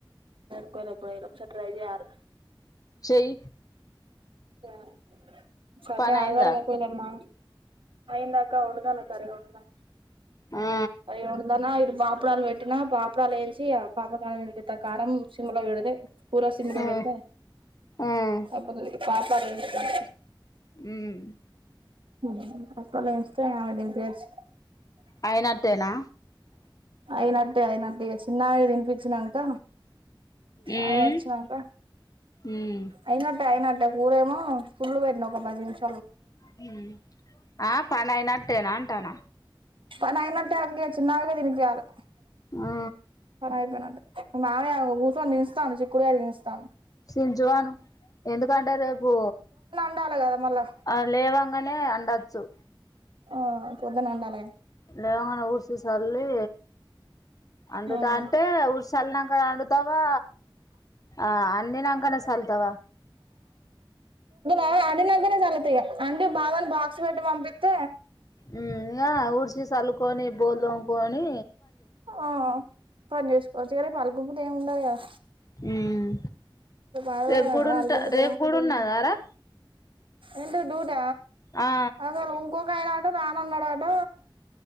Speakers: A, on the right; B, on the left.
A: <unintelligible> ఎపుడైనా <unintelligible> ట్రై చేయాలి
B: చెయ్
A: రా సండే
B: పని
A: ఆదివారం
B: అయిందా
A: పొఇండ మ్మ అయ్యిందక్క వండుతానా కర్రీ వండుతానా
B: ఆ
A: అయి వండుతానా ఇటు బాపు అప్పడాలు పెట్టినా పాపడాలు వేయించి ఇగ ఆ పాతా కారం ఎందుకు ఎత్తావ్ కారం సిమ్ములో పెడితే కూర సిమ్ములో
B: ఆ
A: పెడితే
B: ఆ
A: అంత పాపడ్ ఎంచుతన్న
B: మ్మ్
A: ఉ అత్తమ్మ వెయిస్తే ఆమెకు తినిపియ్యచ్చు
B: అయినట్టేనా
A: అయినట్టే అయినట్టే ఇగ చిన్నమకి తినిపించినాక
B: ఉమ్
A: అవు వచ్చినంక
B: ఉమ్
A: అయినట్టే అయినట్టే అంటే కురేమో ఫుల్ పెట్టిన ఒక పదినిముషాలు
B: హ్ ఆ పనియనట్టేనా టన
A: పని అయినట్టే అక్క చిన్నమకే తినిపియాలే
B: ఆ
A: పని అయిపోయిన్నట్టే మా మామయ్య కూసోని చించుతాండు చిక్కుడుగాయాలు చించుతాండూ
B: <unintelligible> జువాన్ ఎందుకంటే రేపు
A: ఉండాలా కదా మళ్ళా
B: ఆ లేవంగ్గానే దచ్చు
A: ఆ పొద్దున అండాల
B: లేవంగానే ఊడ్చి సల్లీ అండుతాంటే
A: ఆ
B: ఉడ్చి చల్లీనాకే వండుతావా ఆ అండినాకనే చల్లుతావా
A: ఆ అండినకనే చళ్లుతా అండి బావకు బాక్స్ పెట్టి పంపిత్
B: హ్ ఆ ఉడ్చి చళ్ళుకొని బోళ్ళు తోముకోని
A: ఆ పని చేసుకోవచ్చురేపు అల్- గుముతే ఎమ్ ఉండదు గదా
B: హ్మ్
A: ఆదివారమే
B: రేపు కూడా
A: కదా
B: ఉంటా
A: అలుకుపూత
B: రేపు కూడా ఉన్నదారా
A: ఎంటిది డూట
B: ఆ
A: అగో ఉంకో ఇంకాయనాటు రానన్నడాట